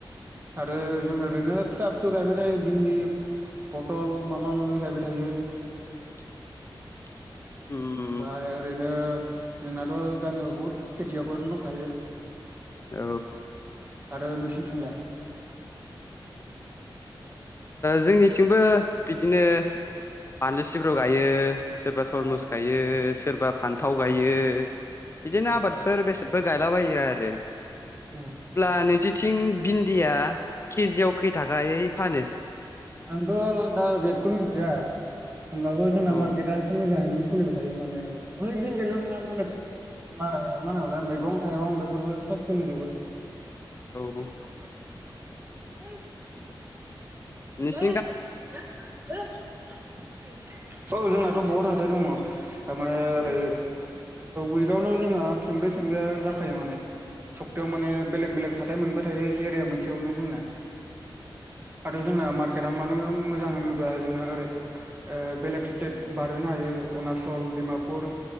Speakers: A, on the right; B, on the left.
A: आरो जों ओरैनो फिसा फिसौ गायबाय थायो भन्दि पटल माबा माबि गायबाय थायो।
B: <inaudible> उम
A: ओमफ्राय ओरैनो जोंनाथ' गामियाव बहुद खेथियावगनो दंखायो।
B: औ
A: आरो नोंसोरनिथिंलाय?
B: जोंनिथिंबो बिदिनो बानलु सिब्राव गायो। सोरबा थरमुस
A: औ
B: गायो सोरबा फान्थाव गायो। बिदिनो
A: आतसा
B: आबादफोर बेसादफोर गायलाबायो आरो
A: उम
B: अब्ला नैजि थिं भिन्दिया केजिआव खै थाखायै फानो?
A: आंथ' दा रेटखौ मिथिया होमबाबो जोंना
B: औ
A: मार्केटआ एसे मोजाङैनो। सोलिबाय थायो माने बिन्दल' नङा बेलेग मा मान होल मैगं थाइगं बेफोरबो सबसोलि जोबो।
B: औ
A: <unintelligible>
B: निस
A: औ जोंनाथ' बहुत हाथाय दङ' दङ माने ओरै
B: ओ
A: उइकावनो जोंना खेनब्रै खेबेया जाखायो माने सब्तायाव माने बेलेग बेलेग हाथायाइ मोनबाय। थायो एरिया मोनसेयावनो जोंना आरो जोंना मार केरामानो मोजां होनोब्ला जोंना ओरै बेलेग स्टेट बारहोनो हायो अरुणाचल डिमापुर